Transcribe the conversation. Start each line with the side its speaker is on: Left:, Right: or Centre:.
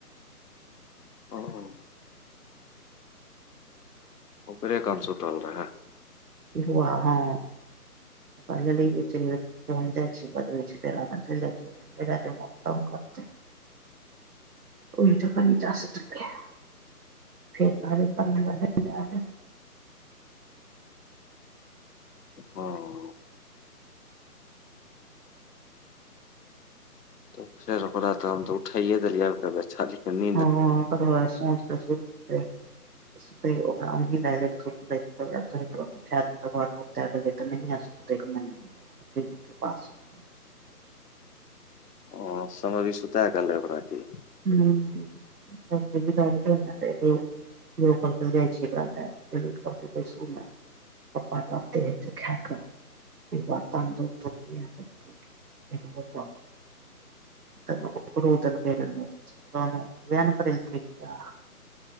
Left: रहे ओपे कंसूटल रहै।
Right: हुआ हँ। <unintelligible> पहुँच जाइ छै बदलै छी फेर ओ अपन चैल जाय छै। <unintelligible> तंग करतै। ओहि जगह निचा सुतबै। फेर <unintelligible>
Left: हँ। तऽ फेर ओकरा तऽ हम तऽ उठाइये देलियै आब <unintelligible> छाली कनी-
Right: हँ तकर बाद सांझ के सुततै। <unintelligible> उठा देबै तकरबाद नैहे सुतते। ओतेक मम्मी कतेक के पास सुततै।
Left: ओ समरी सुूता गेल रहै कीै ओकरा की।
Right: <unintelligible> यौ करतै जाय छी <unintelligible> पप्पा तऽ आते हेतेै खेए कऽ फेर बर्तन धोतै के? एगो बर्तन- तकर र उदल फेर उहे नै करैल काया।